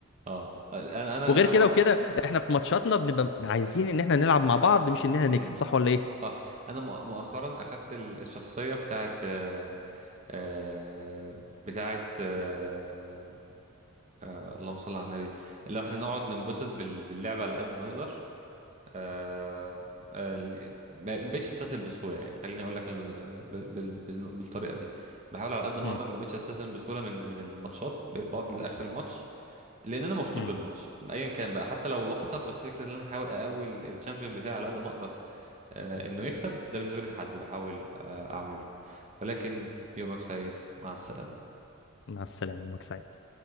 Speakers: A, on the right (about 30°); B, on the left (about 55°).
A: اه انا انا
B: وغير
A: انا
B: كده
A: مؤ...
B: وكده احنا في ماتشاتنا بنبقى عايزين ان احنا نلعب مع بعض مش ان احنا
A: مم.
B: نكسب صح ولا ايه؟
A: صح انا مؤ- مؤخرا اخدت ال- الشخصيه بتاعت آه، آه، بتاعت آه، آه، اللهم صل على النبي اللي هو احنا نقعد ننبسط بال- باللعبه على قد ما نقدر آه، آه، ال- ما بقتش استسلم بسهوله يعني خليني اقول لك ال- بال- بال- بال- بالطريقه دي بحاول على قد ما
B: امم
A: اقدر ما بقتش استسلم بسهوله من من الماتشات بقيت بقعد لاخر الماتش لان انا مبسوط
B: امم
A: بالماتش ايا كان بقى حتى لو بخسر بس فكره ان انا احاول اقوي ال- الشامبيون بتاعي على قد ما اقدر آه، انه يكسب ده بالنسبه لي تحدي بحاول آه، اعمله ولكن يومك سعيد مع السلامه
B: مع السلامة يومك سعيد